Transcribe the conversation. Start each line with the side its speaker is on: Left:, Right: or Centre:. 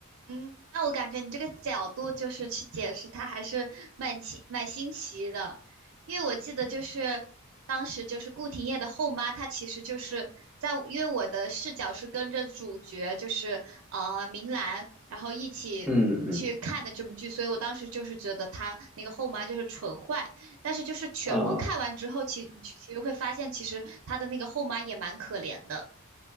Right: 嗯，那我感觉你这个角度就是去解释它，还是蛮奇蛮新奇的，因为我记得就是当时就是顾廷烨的后妈，她其实就是在，因为我的视角是跟着主角就是呃明兰，然后一起去看的这部剧，
Centre: 嗯嗯。
Right: 所以我当时就是觉得她那个后妈就是纯坏，但是就是全部看完之后，
Centre: 呃。
Right: 其其实会发现其实她的那个后妈也蛮可怜的，